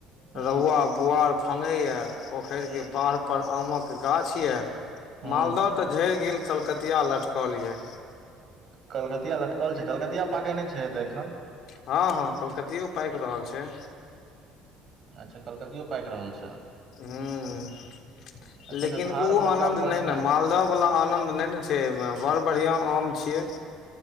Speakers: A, on the right (about 50°); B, on the left (about 60°).
A: हूं
B: रहुआ बुआर फगै यए। पोखर
A: हूं
B: के पाड़ पर आमक गाछ ये
A: हूं
B: मालदह तऽ झड़ि गेल कलकतिया लटकल यऽ
A: कलकतिया लटकल छै। कलकतिया पाकय नय छै तऽ एखन
B: हँ हँ कलकतियो पाकि रहल छै
A: अच्छा कलकतियो पाकि रहल छ
B: ह
A: एखन
B: लेकिन
A: तऽ धार
B: ओ
A: मे
B: आनन्द
A: नवका पानि
B: नहि ने
A: आयल
B: मालदह वाला आनंद नै ने छै एहि में बड़ बढ़िया आम छीये